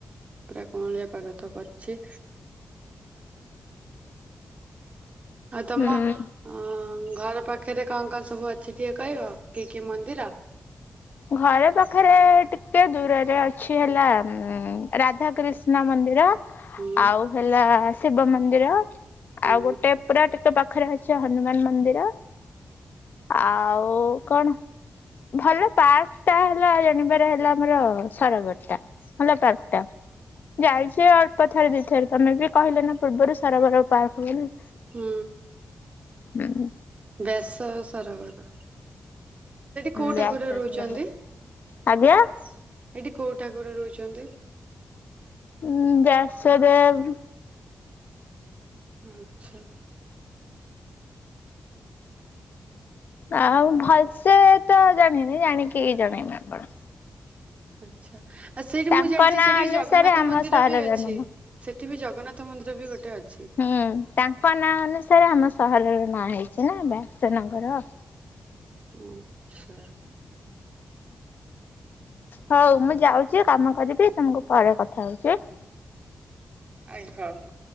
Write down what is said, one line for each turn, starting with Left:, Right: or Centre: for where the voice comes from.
Right: ପୁରା କଅଁଳିଆ ପାଗ ତ କରଚି ଆଉ ତମ
Left: ହୁଁ।
Right: ଅ ଘର ପାଖରେ କଣ କଣ ସବୁ ଅଛି ଟିକେ କହିବ କି କି ମନ୍ଦିର?
Left: ଘର ପାଖରେ ଟିକେ ଦୂରରେ ଅଛି ହେଲା ଉଁ ରାଧା କୃିଷ୍ଣା ମନ୍ଦିର।
Right: ହୁଁ
Left: ଆଉ ହେଲା ଶିବ ମନ୍ଦିର
Right: ହୁଁ
Left: ଆଉ ଗୋଟେ ପୁରା ଟ ତ ପାଖରେ ଅଛି ହନୁମାନ ମନ୍ଦିର। ଆଉ କଣ? ଭଲ ପାର୍କ ଟା ହେଲା ଜାଣିବାରେ ହେଲା ଆମର ସରଗଡ଼ ଟା ଭଲ ପାର୍କ ଟା। ଯାଇଛି ଅଳ୍ପ ଥରେ ଦି ଥରେ ତମେ ବି କହିଲ ନା ପୂର୍ବରୁ ସରବର ପାର୍କ ବୋଲି।
Right: ହୁଁ
Left: ହୁଁ
Right: ବ୍ୟାସ ସରୋବର। କୋଉ
Left: ବ୍ୟାସ
Right: ଠାକୁର ରହୁଛନ୍ତି?
Left: ଆଜ୍ଞା
Right: ଏଇଠି କୋଉ ଠାକୁର ରହୁଛନ୍ତି?
Left: ଉଁ ବ୍ୟାସଦେବ୍
Right: ଆଛା
Left: ଆଉ ଭଲସେ ତ ଜାଣିନି ଜାଣିକି ଜଣେଇମି ଆପଣ
Right: ଆଛା ଆଉ ସେଇଠି
Left: ତାଙ୍କ
Right: ମୁଁ ଜାଣିଛି
Left: ନାଁ
Right: ସେଇଠି
Left: ଅନୁସାରେ
Right: ଜଗନ୍ନାଥ
Left: ଆମ
Right: ମନ୍ଦିର
Left: ସହରର
Right: ବି ଅଛି।
Left: ନାମ।
Right: ସେଠି ବି ଜଗନ୍ନାଥ ମନ୍ଦିର ବି ଗୋଟେ ଅଛି।
Left: ହୁଁ ତାଙ୍କ ନାଁ ଅନୁସାରେ ଆମ ସହରର ନାଁ ହେଇଛି ନା ବ୍ୟାସନଗର।
Right: ଆଛା
Left: ହୋଉ ମୁଁ ଯାଉଚି କାମ କରିବି ତମକୁ ପରେ କଥା ହୋଉଚି
Right: ଆଜ୍ଞ ହଉ ହଉ